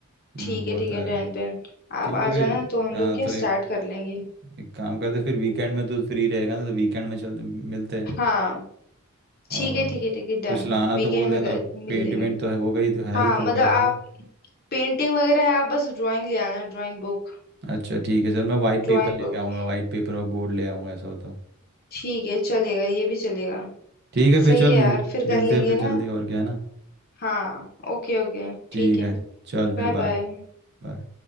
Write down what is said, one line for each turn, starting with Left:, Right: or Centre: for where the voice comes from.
Right: हम्म
Left: ठीक
Right: वो
Left: है ठीक
Right: तो
Left: है
Right: है
Left: डन डन आप
Right: ठीक
Left: आ
Right: है फिर
Left: जाना तो हम
Right: हाँ
Left: लोग क्या
Right: तो एक
Left: स्टार्ट कर लेंगे
Right: एक काम करते फिर वीकेंड में तो फ्री रहेगा ना तो वीकेंड में चल मिलते हैं
Left: हाँ ठीक
Right: और
Left: है ठीक है ठीक है डन
Right: कुछ लाना
Left: वीकेंड
Right: तो बोल देना
Left: में ग- मिल
Right: पेंट
Left: लेंगे
Right: वेंट तो है होगा ही तो है
Left: हाँ
Right: ही तेरे
Left: मतलब
Right: पास
Left: आप
Right: ना
Left: पेंटिंग वगैरह है आप बस ड्राइंग ले आना ड्राइंग बुक
Right: अच्छा ठीक है चल मैं वाइट पेपर
Left: Drawing
Right: लेके
Left: book
Right: आऊँगा वाइट पेपर और बोर्ड ले आऊँगा ऐसा हो तो
Left: ठीक है चलेगा ये भी चलेगा
Right: ठीक है फिर
Left: सही
Right: चल
Left: है
Right: मिलते
Left: यार फिर कर लेंगे
Right: हैं फिर
Left: ना
Right: जल्दी और क्या है ना
Left: हाँ ओके ओके
Right: ठीक
Left: ठीक है
Right: है चल फिर
Left: Bye
Right: बाय
Left: bye
Right: बाय